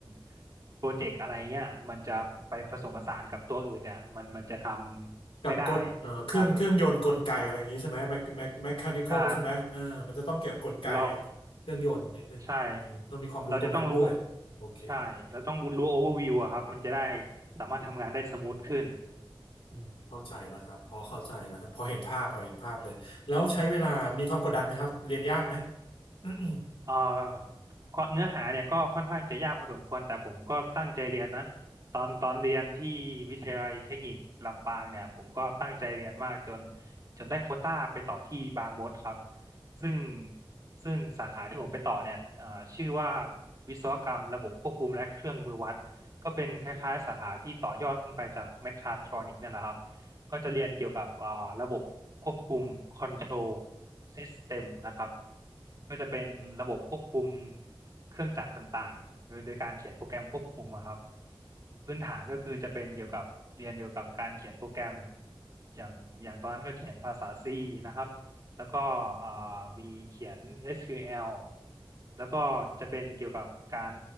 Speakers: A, on the right (about 40°); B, on the left (about 85°).
A: ำโปรเจกต์อะไรเงี้ยมันจะไปผสมผสานกับตัวอื่นเนี่ยมันมันจะทำไม่ได้
B: กับกลเอ่อเครื่องเครื่องยนต์กลไกอะไรอย่างนี้ใช่ไหมแมคแมคแมคานิคอลใช่ไหมเออมันจะต้องเกี่ยวกับกลไก
A: ครับใช่เรา
B: เครื่องยนต์นิดนึงอืมต้องมีความรู้ตรงนั้นด้วยโอเค
A: ใช่เราจะต้องรู้ใช่เราต้องรู้โอเวอร์วิวอะครับมันจะได้สามารถทำงานได้สมูทขึ้น
B: อืมเข้าใจแล้วครับพอเข้าใจแล้วครับพอเห็นภาพพอเห็นภาพเลยแล้วใช้เวลามีความกดดันไหมครับเรียนยากไหมอืมอืม
A: เอ่อข้อเนื้อหาเนี่ยก็ค่อนข้างจะยากพอสมควรแต่ผมก็ตั้งใจเรียนนะตอนตอนเรียนที่วิทยาลัยเทคนิคลำปางเนี่ยผมก็ตั้งใจเรียนมากจนจนได้โควต้าไปต่อที่บางมดครับซึ่งซึ่งสาขาที่ผมไปต่อเนี่ยเอ่อชื่อว่าวิศวกรรมระบบควบคุมและเครื่องมือวัดก็เป็นคล้ายๆสาขาที่ต่อยอดขึ้นไปจากแมคคาทรอนิกนั่นแหละครับ ก็จะเรียนเกี่ยวกับอ่าระบบควบคุม control system นะครับก็จะเป็นระบบควบคุมเครื่องจักรต่างๆโดยโดยการเขียนโปรแกรมควบคุมอะครับพื้นฐานก็คือจะเป็นเกี่ยวกับเรียนเกี่ยวกับการเขียนโปรแกรมอย่างอย่างตอนนั้นก็เขียนภาษา C นะครับแล้วก็อ่ามีเขียน SQL แอลแล้วก็จะเป็นเกี่ยวกับการ